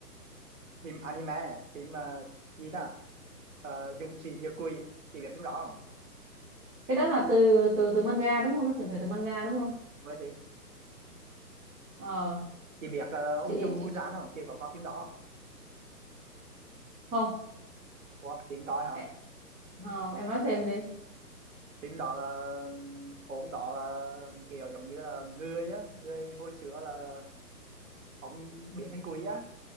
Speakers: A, on the right (about 55°); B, on the right (about 80°).
A: phim anime phim ờ, gì đó uh, Dũng sĩ diệt quỷ chị biết phim đó không
B: Cái đó là từ từ từ manga đúng không? Nó chuyển thể từ manga đúng không?
A: đúng rồi chị
B: Ờ,
A: chị biết ờ,
B: chị
A: ông Trùm chị Busan không chị có coi phim đó không
B: không.
A: ủa chị không coi hả
B: Ê, Không, em nói thêm đi.
A: phim đó là ông đó là kiểu giống như là người á người hồi xưa là ông biến thành quỷ á